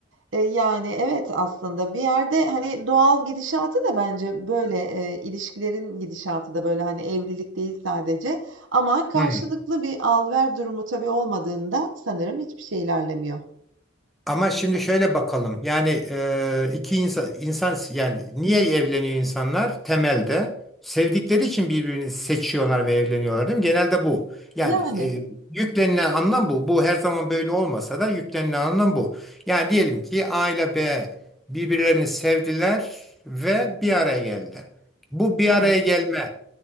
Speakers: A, on the right; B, in the centre.
A: E, yani evet aslında bir yerde hani doğal gidişatı da bence böyle e, ilişkilerin gidişatı da böyle hani evlilik değil sadece ama karşılıklı
B: Hı.
A: bir al ver durumu tabii olmadığında sanırım hiçbir şey ilerlemiyor.
B: Ama şimdi şöyle bakalım. Yani e, iki insan insan yani niye evleniyor insanlar? Temelde sevdikleri için birbirini seçiyorlar ve evleniyorlar değil mi? Genelde bu. Yani
A: Yani
B: e, yüklenilen anlam bu. Bu her zaman böyle olmasa da yüklenilen anlam bu. Yani diyelim ki A ile B birbirlerini sevdiler ve bir araya geldiler. Bu bir
A: evet.
B: araya gelme